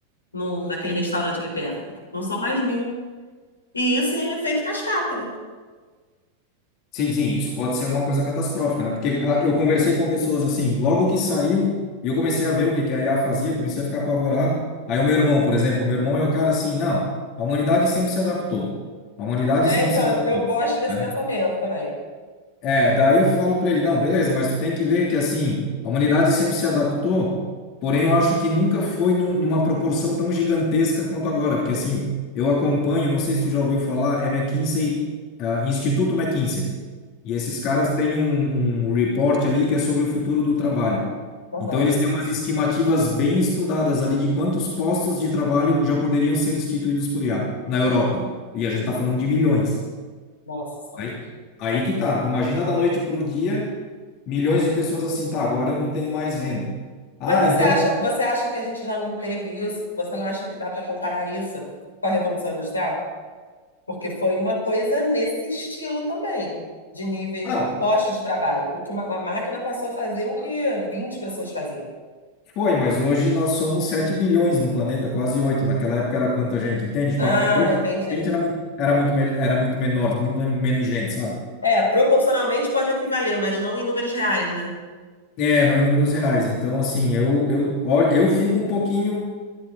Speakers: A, on the left; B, on the left.
A: no, naquele restaurante ali perto. Não são mais mil. E isso em efeito cascata, né?
B: Sim, sim, isso pode ser uma coisa catastrófica, né? Porque ah, eu conversei com pessoas assim, logo que saiu, e eu comecei a ver o que que a IA fazia, comecei a ficar apavorado. Aí o meu irmão, por exemplo, o meu irmão é o cara assim, não, a humanidade sempre se adaptou. A humanidade
A: É,
B: sempre
A: então,
B: se adaptou.
A: eu, eu gosto desse
B: né?
A: pensamento também.
B: É, daí eu falo para ele, não, beleza, mas tu tem que ver que assim, a humanidade sempre se adaptou, porém eu acho que nunca foi num- numa proporção tão gigantesca quanto agora, porque assim, eu acompanho, não sei se tu já ouviu falar, é McKinsey, ah, Instituto McKinsey. E esses caras têm um, um report ali que é sobre o futuro do trabalho.
A: Aham.
B: Então eles têm umas estimativas bem estudadas ali de quantos postos de trabalho já poderiam ser destituídos por IA na Europa. E a gente está falando de milhões.
A: Nossa senhora.
B: Aí, aí que tá. Imagina da noite para o dia, milhões de pessoas assim, tá, agora eu não tenho mais renda. Ah,
A: Mas você
B: então,
A: acha, você acha que a gente já não teve isso? Você não acha que dá para comparar isso com a Revolução Industrial? Porque foi uma coisa nesse estilo também, de níveis
B: não,
A: de postos de trabalho. O que uma, uma máquina passou a fazer o que 20 pessoas faziam.
B: foi, mas hoje nós somos 7 bilhões no planeta, quase 8. Naquela época era quanta gente, entende? Tipo,
A: Ah,
B: proporcionalmente
A: entendi.
B: era muito, era muito, me- era muito menor, muito menos gente, sabe?
A: É, proporcionalmente pode equivaler, mas não em números reais, né?
B: É, não em números reais. Então, assim, eu, eu, olho- eu fico um pouquinho.